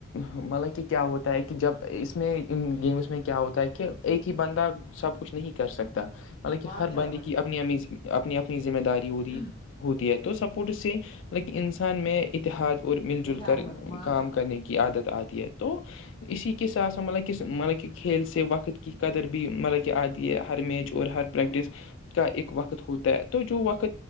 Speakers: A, on the left (about 70°); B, on the left (about 25°).
A: مطلب کہ کیا ہوتا ہے کہ جب اس میں ان گیمس میں کیا ہوتا ہے کہ ایک ہی بندہ سب کچھ نہیں کر سکتا مطلب کہ
B: ماشاء
A: ہر
B: اللہ
A: بندے
B: بھائی
A: کی اپنی ا اپنی اپنی ذمہ داری ہوتی
B: جان
A: ہوتی ہے تو سپورٹ سے مطل انسان میں اتحاد اور مل جل
B: اتحاد
A: کر
B: بڑھ ماشاء
A: کام
B: اللہ
A: کرنے کی عادت آتی ہے تو اسی کے سات س مطلب کہ مطلب کہ کھیل سے وقت کی قدر بھی مطلب کہ آد یہ ہر میچ اور ہر پریکٹس کا ایک وقت ہوتا ہے تو جو وقت